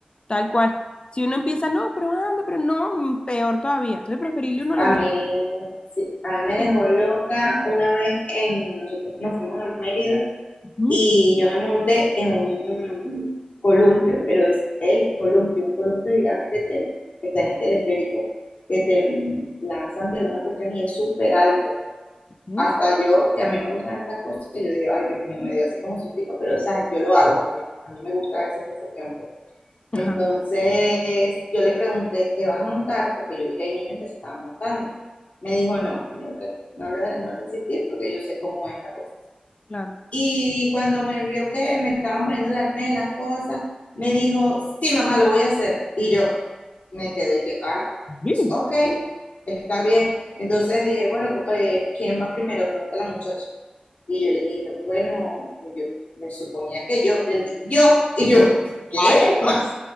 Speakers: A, on the left; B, on the left.
A: tal cual. Si uno empieza, no, pero anda, pero no, mm, peor todavía. Entonces, preferible uno
B: A
A: los
B: mí,
A: deje.
B: sí, a mí me
A: eh,
B: dejó loca una vez en, nosotros nos fuimos a Mérida
A: ujú,
B: y yo me monté en un columpio, pero es el columpio, un columpio gigante que, te, que está en el teleférico, que te lanzan de una cuestión y es súper alto.
A: ujú,
B: Hasta yo, que a mí me gustan estas cosas, que yo digo, ay Dios mío, me dio así como sustico, pero o sea, yo lo hago, a mí, a mí me gusta esa sensación. pues. Entonces
A: Ajá,
B: yo le pregunté, ¿te vas a montar? Porque yo vi que hay niños que se estaban montando. Me dijo, no, y yo que no le, no le insistí porque yo sé cómo es la cosa.
A: claro.
B: Y cuando me vio que me estaban poniendo el acné, las cosas, me dijo, sí, mamá, lo voy a hacer. Y yo me quedé, yo, ah,
A: Sí,
B: pues, ok, está bien. Entonces dije, bueno, pues, eh, ¿quién va primero? Pregunta la muchacha. Y yo le dije, bueno, pues, yo me suponía que yo perdí. Yo, y yo, ¿qué?
A: Ay, no.
B: Más,